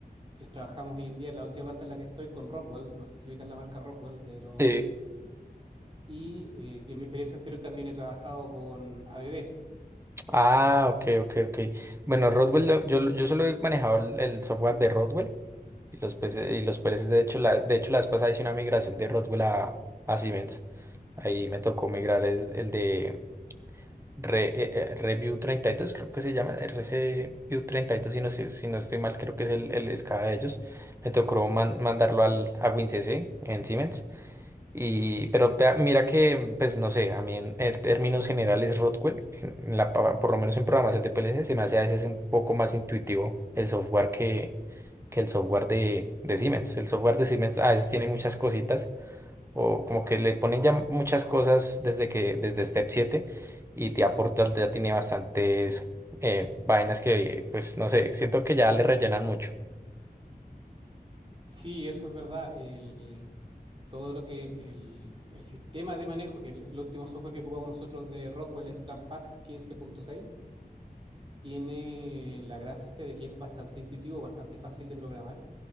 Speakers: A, on the right; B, on the right.
A: eh, trabajamos hoy en día en la última planta en la que estoy con Rockwell. No sé si ubicas la marca Rockwell de los
B: Sí.
A: y eh, que en mi experiencia anterior también he trabajado con ABB.
B: Ah, ok, ok, ok. Bueno, Rodwell, lo- yo, yo solo he manejado el, el software de Rodwell y los, pues, eh, y los pues, de hecho, la, de hecho, la vez pasada hice una migración de Rodwell a, a Siemens. Ahí me tocó migrar el, el de Re- eh, eh, Review 32, creo que se llama, r c View 32, si no, sé- si no estoy mal, creo que es el, el escala de ellos. Me tocó man- mandarlo al, a WinCC en Siemens. Y, pero pea- mira que, pues no sé, a mí en, en términos generales Rockwell, en- en la pa- por lo menos en programación de PLC, se me hace a veces un poco más intuitivo el software que, que el software de, de Siemens. El software de Siemens a veces tiene muchas cositas o como que le ponen ya muchas cosas desde que desde Step siete y te aporta ya tiene bastantes eh, vainas que pues no sé, siento que ya le rellenan mucho.
A: Sí, eso es verdad. El, todo lo que el, el sistema de manejo, que el, el último software que ocupamos nosotros de Rockwell es PlanPax 15.6, tiene la gracia de que es bastante intuitivo, bastante fácil de programar.